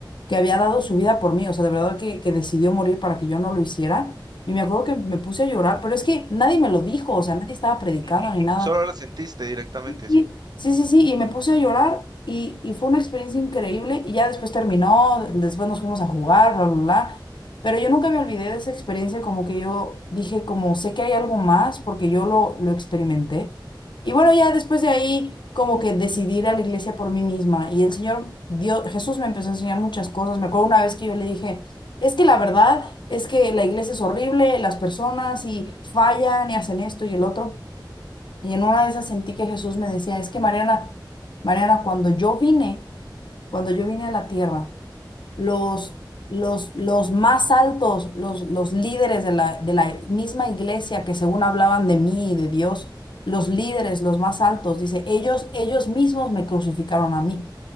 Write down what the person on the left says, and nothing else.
que había dado su vida por mí, o sea, de verdad que, que decidió morir para que yo no lo hiciera, y me acuerdo que me puse a llorar, pero es que nadie me lo dijo, o sea, nadie estaba predicando
ni <laughs> nada,
Sí,
sí, sí, sí, y me puse a llorar y, y fue una experiencia increíble y ya después terminó, después nos fuimos a jugar, bla, bla, bla, pero yo nunca me olvidé de esa experiencia, como que yo dije, como sé que hay algo más porque yo lo, lo experimenté. Y bueno, ya después de ahí, como que decidí ir a la iglesia por mí misma y el Señor, Dios, Jesús me empezó a enseñar muchas cosas. Me acuerdo una vez que yo le dije, es que la verdad es que la iglesia es horrible, las personas y fallan y hacen esto y el otro. Y en una de esas sentí que Jesús me decía, es que Mariana, Mariana, cuando yo vine, cuando yo vine a la tierra, los, los, los más altos, los, los líderes de la, de la misma iglesia que según hablaban de mí y de Dios, los líderes, los más altos, dice, ellos, ellos mismos me crucificaron a mí.